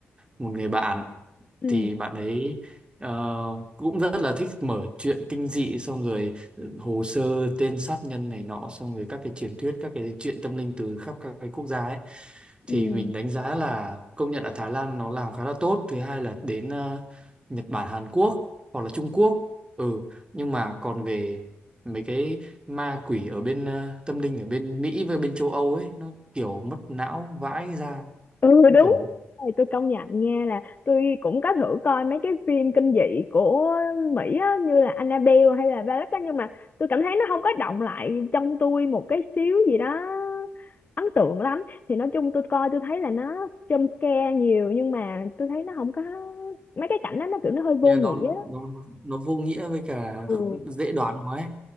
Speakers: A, on the right; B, on the left.
A: một người bạn
B: ừ
A: thì bạn ấy ờ, cũng rất là thích mở chuyện kinh dị xong rồi ừ, hồ sơ tên sát nhân này nọ xong rồi các cái truyền thuyết các cái chuyện tâm linh từ khắp các cái quốc gia ấy thì
B: ừ
A: mình đánh giá là công nhận là Thái Lan nó làm khá là tốt thứ hai là đến ờ, Nhật Bản Hàn Quốc hoặc là Trung Quốc ừ nhưng mà còn về mấy cái ma quỷ ở bên ờ, tâm linh ở bên Mỹ với bên châu Âu ấy nó kiểu mất não vãi ra
B: ừ
A: nó
B: đúng
A: kiểu
B: Này, tôi công nhận nha là tôi cũng có thử coi mấy cái phim kinh dị của Mỹ á, như là Annabelle hay là Valak á nhưng mà tôi cảm thấy nó không có động lại trong tôi một cái xíu gì đó ấn tượng lắm thì nói chung tôi coi tôi thấy là nó jump scare nhiều nhưng mà tôi thấy nó không có mấy cái cảnh đó nó kiểu nó hơi vô
A: như
B: nghĩa
A: nó
B: á
A: nó nó vô nghĩa với cả kh-
B: ừ
A: dễ đoán quá ấy.